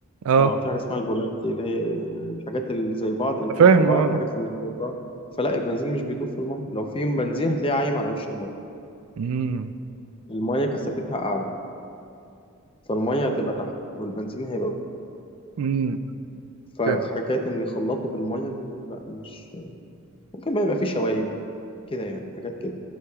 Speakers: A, on the right; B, on the left.
A: اه
B: اه في حاجة اسمها البولاريتي اللي هي يعني الحاجات اللي زي بعض بتدوب
A: انا فاهم
B: في بعض
A: اه
B: والحاجات اللي مش زي بعض فلا البنزين مش بيدوب في المية لو في بنزين هتلاقيه عايم على وش المية
A: امم
B: المية كثافتها أعلى فالمية هتبقى تحت والبنزين هيبقى
A: امم
B: فحكاية
A: فاهم
B: إن يخلطوا بالمية دي لا مش ممكن بقى يبقى فيه شوايب كده يعني حاجات كده